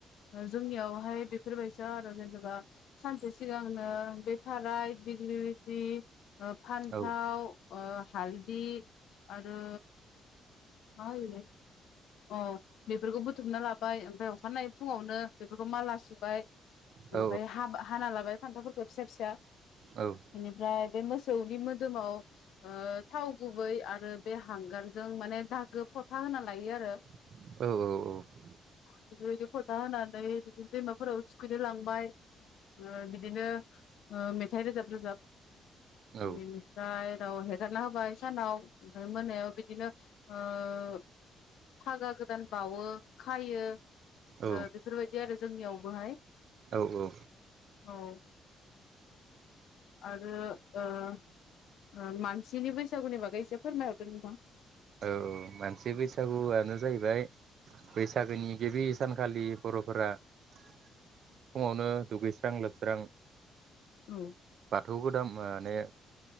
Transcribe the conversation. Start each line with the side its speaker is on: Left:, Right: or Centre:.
Left: जोंनियावहाय बेफोरबायसा आरो जेनेबा सानसे सिगांनो बे थाराय दिघिलिगुति ओ फान्थाव
Right: औ
Left: अ हालदि आरो मा होयोलै औ बेफोरखौ बुथुमना ला ओमफ्राय अखानायै फुङावनो बेफोरखौ माला सुबाय
Right: औ
Left: ओमफ्राय हाबा हाना लाबाय। फान्थावफोरखौ फिसा फिसा
Right: औ
Left: बेनिफ्राय बे मोसौनि मोदोमाव ओ थाव गु गुबै आरो बे हांगारजों माने दागो फथा होना लायो आरो
Right: औ औ औ।
Left: बेफोरबायदि फथा होनानै बिदिनो दैमाफोराव थुखैनो लांबाय। ओ बिदिनो ओ मेथाइ रोजाब रोजाब।
Right: औ
Left: बेनिफ्राय उनाव हेगारना होबाय सानाव ओमफ्राय मोनायाव बिदिनो ओ फागा गोदान बावो खायो।
Right: औ
Left: ओ बेफोरबायदि आरो जोंनियावबोहाय
Right: औ दा औ
Left: औ आरो ओ ओ मानसिनि बैसागुनि बागै एसे फोरमायहरदो नोंथां।
Right: औ औ मोनसे बैसागुआनो जाहैबाय बैसागोनि गिबि सानखालि बर'फोरा फुङावनो दुगैस्रां लोबस्रां।
Left: औ।
Right: बाथौ गोदान माने